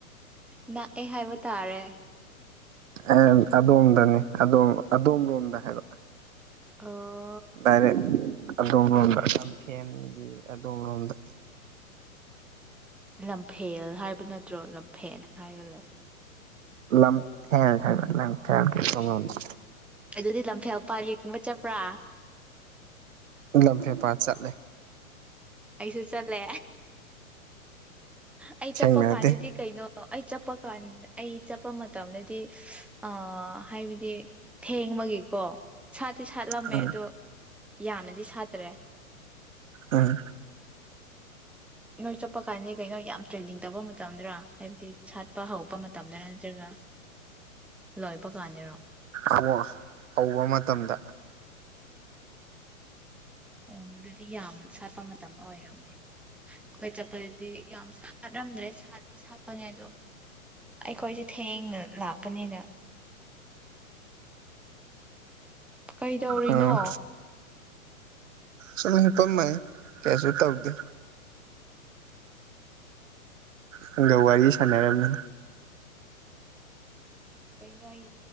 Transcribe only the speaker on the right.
ꯑꯦ ꯑꯗꯣꯝꯗꯅꯤ ꯑꯗꯣꯝ ꯂꯣꯝꯗ ꯍꯥꯏꯔꯛꯑꯣ
ꯗꯥꯥꯏꯔꯦꯛ ꯑꯗꯣꯝ ꯂꯣꯝꯗ ꯂꯝ ꯐꯦꯟꯒꯤ ꯑꯗꯣꯝ ꯂꯣꯝꯗ
ꯂꯐꯦ ꯍꯥꯏꯕ ꯂꯐꯂ ꯀꯩꯊꯦꯜ ꯂꯣꯝꯗ
ꯂꯝꯐꯦ ꯄꯥꯠ ꯆꯠꯂꯦ꯫
ꯊꯦꯡꯅꯗꯦ
ꯎꯝ
ꯑꯥ
ꯑꯕ ꯍꯧꯕ ꯃꯇꯝꯗ
ꯎꯝ ꯆꯠꯂꯍꯦ ꯄꯨꯝꯍꯩ ꯀꯩꯁꯨ ꯇꯧꯗꯦ꯫ ꯅꯪꯒ ꯋꯥꯔꯤ ꯁꯥꯟꯅꯔꯝꯃꯤ